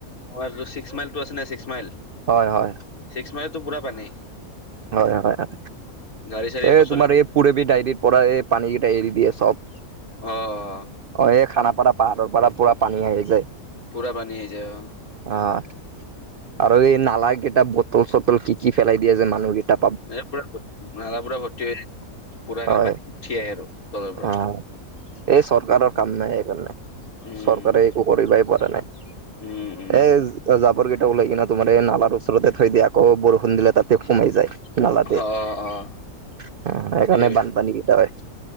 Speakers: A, on the left (about 70°); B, on the right (about 75°).
A: আমাৰ যিটো ছিক্সমাইলটো আছে নাই ছিক্স মাইল।
B: হয় হয়।
A: চিক্সমাইলতো পুৰা পানী।
B: হয় হয় হয়,
A: গাড়ী চাড়ী একো
B: এই
A: চলিব
B: তোমাৰ
A: অ',
B: এই। পুৰবি ডাইৰিৰ পৰা এই পানী কেইটা এৰি দিয়ে চব,
A: অ',
B: অ', এই খানাপাৰা। পাহাৰৰ পৰা পুৰা পানী আহি যায়।
A: পুৰা পানী আহি যায় অহ।
B: অ', আৰু এই নালা কেইটা বটল চটল কি কি পেলাই দিয়ে যে মানুহ কেইটা।
A: এ পুৰা নালা পুৰা ভৰ্তি হৈ যায়, পুৰা সেইকাৰণে
B: হয়
A: পানী উঠি আহে আৰু। তলৰ পৰা।
B: অ', এই চৰকাৰৰ কাম নাই এইপিনে,
A: উম,
B: চৰকাৰে একো কৰিবাই পৰা নাই।
A: উম, উম,
B: এ, জাবৰ কেইটা ওলাই কিনে তোমাৰ এই নালাৰ ওচৰতে থৈ দিয়া। আকৌ বৰষুণ দিলে তাত তে সোমাই যায় নালাতে,
A: অ', অ', অ',
B: সেইকাৰণে
A: ঠিকেই কৈছা।
B: বানপানী কেইটা হয়।